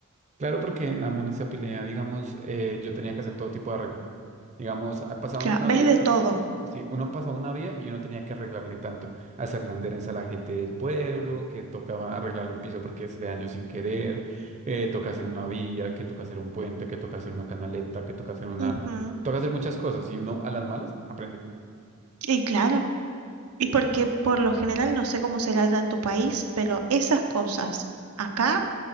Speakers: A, on the right (about 30°); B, on the right (about 85°).
A: Claro, porque en la municipalidad, digamos, eh, yo tenía que hacer todo tipo de arreglo. Digamos, ah, pasaban
B: Claro,
A: una
B: ves
A: vía,
B: de
A: uno,
B: todo.
A: sí, uno pasaba una vía y uno tenía que arreglarle tanto, hacerle anderes a la gente del pueblo, que tocaba arreglar el piso porque hace daño sin querer, eh, toca hacer una vía, que toca hacer un puente, que toca hacer una canaleta, que toca hacer una...
B: Ujú.
A: Toca hacer muchas cosas y uno a las malas aprende.
B: Y claro, y porque por lo general, no sé cómo será allá en tu país, pero esas cosas acá,